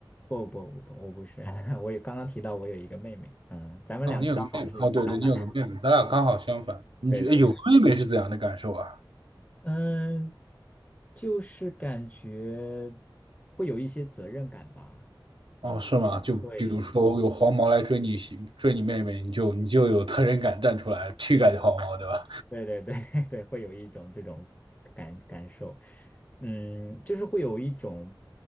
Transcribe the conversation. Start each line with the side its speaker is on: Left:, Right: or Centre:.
Left: 不不不，我不是，<laughs> 我有刚刚提到我有一个妹妹，嗯，咱们两个刚好是相反。
Right: 哦，你有个妹妹，哦，对对，你有个妹妹，咱俩刚好相反。你觉有个妹妹是怎样的感受啊？
Left: 对对，嗯，就是感觉会有一些责任感吧，啊，
Right: 哦，是吗？就比如说有黄毛来追你喜，
Left: 对，
Right: 追你妹妹，你就你就有责任感站出来去赶黄毛，对吧？
Left: 对对对 <laughs> 对，会有一种这种感感受，嗯，就是会有一种，